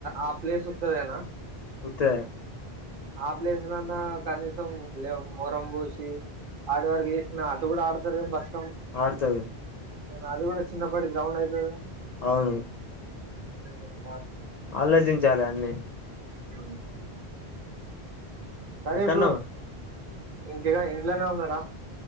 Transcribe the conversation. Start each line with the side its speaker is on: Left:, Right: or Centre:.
Right: ఆ ప్లేస్ ఉత్తదేనా
Left: ఉత్తదే
Right: ఆ ప్లేస్ నాన్న కనీసం లే మోరంబోషి ఆడు వర్కు చేసిన అటు కూడా ఆడతారెమో బస్
Left: ఆడతది
Right: నేన్ అది కూడా చిన్న పాటి గ్రౌండ్ అయితది గద
Left: అవును
Right: ఏమో
Left: ఆలోచించాలి అన్ని
Right: అ సరే
Left: ఎక్కన్నావ్
Right: ఇప్పుడు ఇంకా ఇంట్లనే ఉన్నరా